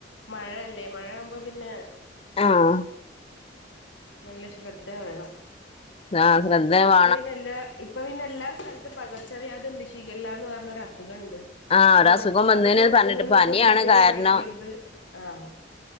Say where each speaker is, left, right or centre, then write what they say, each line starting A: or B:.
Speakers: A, on the left; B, on the left.
A: മഴയല്ലേ മഴാവുമ്പോ പിന്നെ.
B: ആഹ്.
A: നല്ല ശ്രദ്ധ വേണം.
B: ആഹ് ശ്രദ്ധ വ-
A: പ്പ പിന്നെ എല്ലാ ഇപ്പൊ പിന്നെ എല്ലാ സ്ഥലത്തും പകർച്ചവ്യാധി ണ്ട് ശിഖല്ല ന്ന് പർഞ്ഞരസുഖ ണ്ട്.
B: ആഹ്
A: പൊ
B: ഒരസുഖം
A: പൊർ
B: വന്നേന്
A: അപ്പൊ പൊരത്തുന്ന
B: പറഞ്ഞിട്ട്
A: ന്ന്
B: പനിയാണ്
A: ഫുഡധികം
B: കാരണം
A: കഴിക്കരുത് ആഹ്.